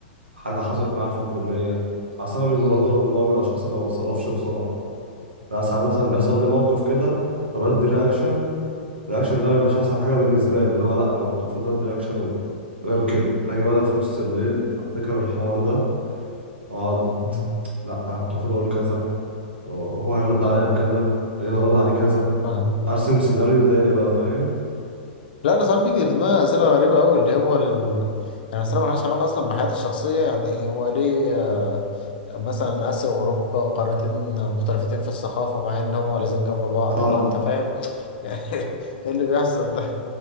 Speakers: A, on the right (about 90°); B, on the left (about 60°).
A: حاجة حصلت معايا في الكلية اصل انا من
B: مم،
A: برضه من نوع من الاشخاص اللي ما بتصرفش بسرعة لا ساعات مثلا
B: مم،
A: بيحصل لي موقف كده فبدي رياكشن الرياكشن ده ما بيبقاش احسن حاجة بالنسبة لي اللي هو لا انا كنت المفروض ادي رياكشن غير كده باجي بقى في نص الليل افتكر الحوار ده واقعد
B: مم،
A: لا انا كنت المفروض اقول كذا هو هيرد عليا بكذا اجي انا ارد عليه كذا
B: فاهم
A: ارسم سيناريو تاني بقى فاهم
B: لا انا ساعات بيجي في دماغي اسئله غريبه قوي اللي هو ال... يعني اسئله مالهاش علاقه اصلا بحياتي الشخصيه يعني هو ليه آه، مثلا اسيا واوروبا قارتين مختلفتين في الثقافه مع ان هما لازم جنب بعض
A: اه
B: اللي هو انت فاهم <laughs> يعني ايه اللي بيحصل ده